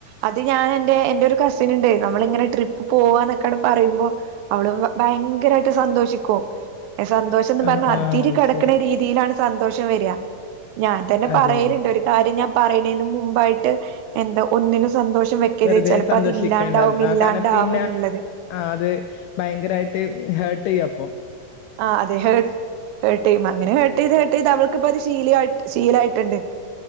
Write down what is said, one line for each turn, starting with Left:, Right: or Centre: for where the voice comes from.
Right: അത് ഞാനന്റെ എന്റെ ഒരു കസിന്ണ്ടയ് ന്നമ്മള് ഇങ്ങനെ ട്രിപ്പ് പോവ്വാന്നൊക്കെട് പറയുമ്പോ അവള് ഭയങ്കരായിട്ട് സന്തോഷിക്കും. സന്തോഷംന്ന് പർഞ്ഞ
Left: ആഹ് ആഹ്
Right: അതിര്
Left: അത്
Right: കടക്ക്ണ
Left: ശരി.
Right: രീതിയിലാണ് സന്തോഷം വര്ആ. ഞാൻ തന്നെ
Left: അതെ.
Right: പറയല്ണ്ട് ഒരു കാര്യം ഞാം പറയണെന് മുമ്പായിട്ട് എന്താ ഒന്നിനും സന്തോഷം വ്യക് ക്കര്
Left: വെറുതെ
Right: ചെലപ്പോ
Left: സന്തോഷിക്കേണ്ടാന്ന്.
Right: അത് ഇല്ലാണ്ടാവും
Left: ആഹ്
Right: ഇല്ലാണ്ടാവും
Left: കാരണം പിന്നെ
Right: ന്ന്ള്ളത്.
Left: ആഹ് അത് ഭയങ്കരായിട്ട് ഹേർട്ട്യ്യും അപ്പം.
Right: ആഹ് അതെ ഹേ ഹേർട്ട്യ്യും അങ്ങനെ ഹേർട്ടീത് ഹേർട്ടീത് അവൾക്ക്പ്പത് ശീലിആയ് ശീലായിട്ട്ണ്ട്.